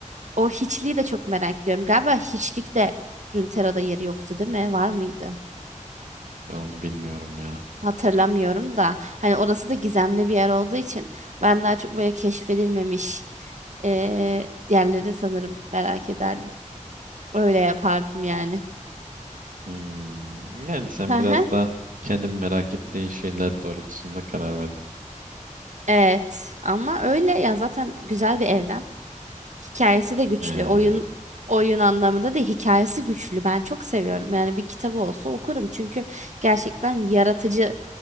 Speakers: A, on the right; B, on the right.
A: O hiçliği de çok merak ediyorum. Galiba hiçlikte Runeterra'da yeri yoktu değil mi? Var mıydı?
B: Ben onu bilmiyorum ya.
A: Hatırlamıyorum da. Hani orası da gizemli bir yer olduğu için ben daha çok böyle keşfedilmemiş eee yerleri sanırım merak ederdim. Öyle yapardım yani.
B: Hmm, yani sen
A: <laughs>
B: biraz da kendin merak ettiğin şeyler doğrultusunda karar verdin.
A: Evet ama öyle ya zaten güzel bir evren. Hikayesi de güçlü.
B: He.
A: Oyun oyun anlamında da hikayesi güçlü. Ben çok seviyorum. Yani bir kitabı olsa okurum çünkü gerçekten yaratıcı